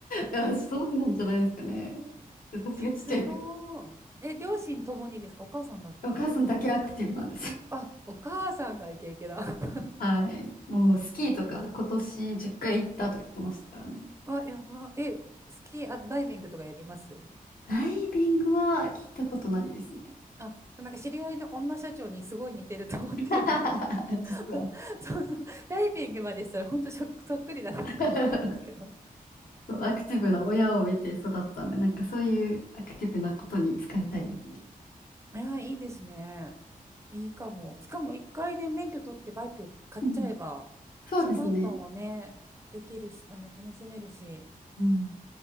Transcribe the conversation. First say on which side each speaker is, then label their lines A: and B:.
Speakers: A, on the left; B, on the right.
A: いや、そうなんじゃないですかね。私がちっちゃい時。
B: すごい。え、両親ともにですかお母さんだっけ
A: お母さんだけアクティブなんです。
B: あ、お母さんがイケイケだ。<laughs>
A: はい。もうスキーとか今年10回行ったと言ってましたからね。
B: あ、やば。え、スキー、あ、ダイビングとかやります
A: ダイビングは聞いたことないですね。
B: あ、そう、なんか知り合いの女社長にすごい似てると思って今、
A: <laughs> 実は。
B: <laughs> そうそう、ダイビングまでしたら本当そっそっくりだなとか思ったんですけど。
A: <laughs> そうアクティブな親を見て育ったんで、なんかそういうアクティブなことに使いたいです。
B: いや、いいですね。いいかも。しかも一回ね、免許取ってバイク買っちゃえば、
A: うん。そうですね。
B: その後もね、できるし、あの、楽しめるし。
A: うん。